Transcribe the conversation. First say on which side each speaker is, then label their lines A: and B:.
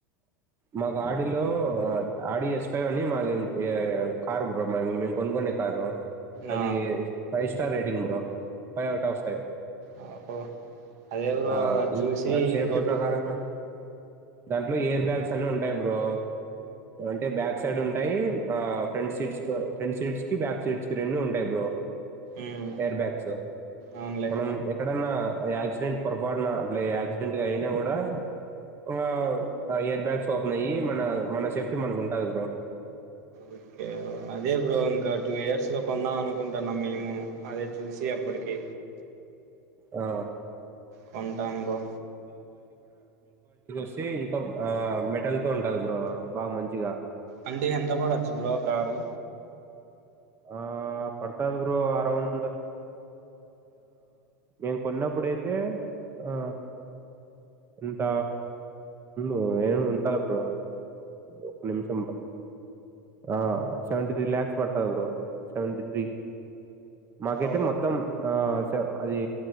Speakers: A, on the right; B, on the right.
A: మాకు ఆడలో ఆడ ఎస్ ఫైవ్ అని మా కారు బ్రో మేము కొనుకునే కారు అది
B: ఆ
A: ఫైస్ స్టార్ రేటింగ్ బ్ర ఫైవ్ అవుట్ ఆఫ్ ఫైవ్
B: అ అదే బ్రో
A: ఆ
B: అ
A: ఇంకా
B: చూసి
A: సేఫ్టీ
B: ఇంకోటి
A: ప్రకారంగా దాంట్లో ఇయర్ బ్యాగ్స్ అన్ని ఉంటాయి్ బ్రో అంటే బ్యాక్ సైడ్ ఉంటాయి ఆ ఫ్రంట్ సీట్స్ ఫ్రంట్ సీట్స్ కి బ్యాక్ సీట్స్ కి రె ఉంటాయి బ్రో
B: ఉమ్
A: ఎర్ బ్యాగ్స్
B: అవునులే
A: మనం ఎక్కడన్నా యాక్సిడెంట్ పొరపాడిన అట్ యాక్సిడెంట్ అయినా కూడా ఆ ఎయిర్ బ్యాగ్స్ ఓపెన్ అయ్యి మన మన సేఫ్టీ మనకు ఉంటుంది బ్రో
B: ఓకే అదే బ్రో ఇంకా టూ ఇయర్స్ లో కొందాం అనుకుంటా నా మేము అదే చూసి అప్పటికి
A: ఆ
B: కొంటాం బ్రో
A: వచ్చే ఇంకా ఆ మెటల్ త ఉంటారు బ్రో బాగా మంచిగా
B: అంటే ఎంత పడొచ్చు బ్రో కారు
A: ఆ పడతంది బ్రో అరౌండ్ మేము కొన్నప్పుడైతే ఆ ఎంత ఉ ఏమి ఉంటదు బ్రో ఒక నిమిషం బ్రో ఆ సెవెంట త్రీ లక్స్ పడ్తాది సెవెంట త్రీ మాకైతే
B: ఓ
A: మొత్తం ఆ అది